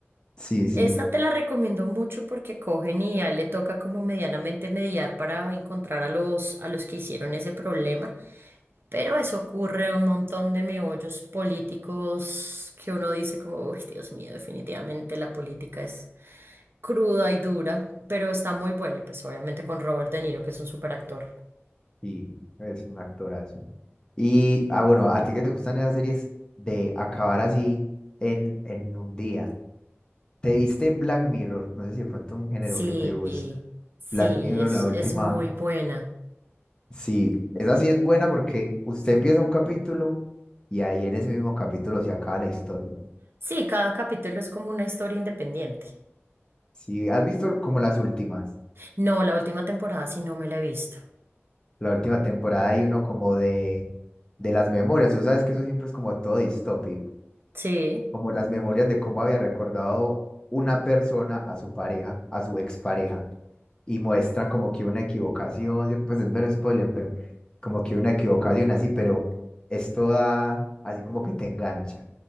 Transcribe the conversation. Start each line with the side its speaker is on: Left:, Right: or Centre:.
Left: Sí, sí,
Right: Esa te la recomiendo mucho porque cogen y ya le toca como medianamente mediar para encontrar a los, a los que hicieron ese problema. Pero eso ocurre en un montón de meollos políticos que uno dice como, uy, Dios mío, definitivamente la política es cruda y dura, pero está muy buena y pues obviamente con Robert De Niro, que es un superactor.
Left: sí, es un actorazo. Y, ah, bueno, a ti que te gustan esas series de acabar así en, en un día. ¿Te viste Black Mirror? No sé si de pronto un género
Right: Sí,
Left: que te gusta.
Right: sí,
Left: Black Mirror,
Right: es,
Left: la última.
Right: es muy buena.
Left: Sí, esa sí es buena porque usted empieza un capítulo y ahí en ese mismo capítulo se acaba la historia.
Right: Sí, cada capítulo es como una historia independiente.
Left: Sí, has visto como las últimas,
Right: No, la última temporada sí no me la he visto.
Left: la última temporada hay uno como de, de las memorias, tú sabes que eso siempre es como todo distópico,
Right: Sí,
Left: como las memorias de cómo había recordado una persona a su pareja, a su expareja, y muestran como que una equivocación, ¿cierto? pues es mero spoiler, pero como que una equivocación así, pero es toda así como que te engancha,